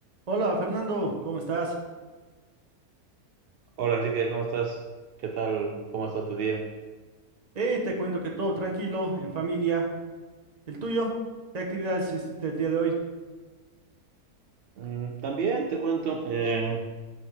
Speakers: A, on the right (about 35°); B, on the right (about 70°).
A: Hola Fernando, ¿cómo estás?
B: Hola Enrique, ¿cómo estás? ¿Qué tal? ¿Cómo ha estado tu día?
A: Hey, te cuento que todo tranquilo, en familia. ¿El tuyo? ¿Qué actividades hiciste el día de hoy?
B: Mm, también te cuento, eh,